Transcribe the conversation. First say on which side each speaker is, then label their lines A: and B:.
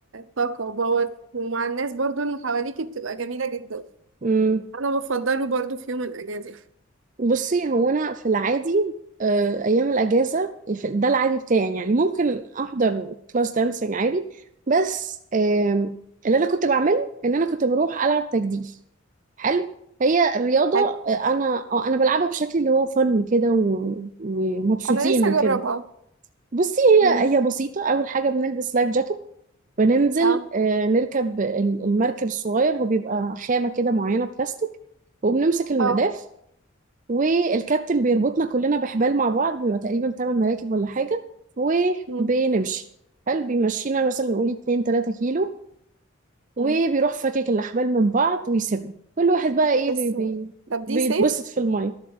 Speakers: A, on the right; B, on the right.
A: طاقة وباور ومع الناس برضو اللي حواليكي بتبقى جميلة جدا
B: امم
A: انا بفضله برضو في يوم الاجازة
B: بصي هو انا في العادي آه، ايام الاجازه في- ده العادي بتاعي يعني ممكن احضر كلاس دانسينج عادي بس آم، اللي انا كنت بعمله ان انا كنت بروح العب تجديف حلو هي الرياضه
A: حاجة-
B: آه، انا آه، انا بلعبها بشكل اللي هو فن كده و- ومبسوطين
A: انا لسه
B: وكده
A: اجربها
B: بصي
A: مم.
B: هي هي بسيطه اول حاجه بنلبس لايف جاكيت بننزل
A: اه
B: آه، نركب ال- المركب الصغير هو بيبقى خامة كده معينة بلاستيك وبنمسك المداف
A: اه
B: والكابتن بيربطنا كلنا بحبال مع بعض بيبقى تقريبا تمن مراكب ولا حاجة
A: مم.
B: وبنمشي هل بيمشينا مثلا نقول 2 3 كيلو وبيروح
A: مم.
B: فاكك الأحبال من بعض ويسيبنا كل واحد بقى ايه
A: بس
B: بي بي
A: طب
B: بيتبسط
A: دي صيف
B: في المية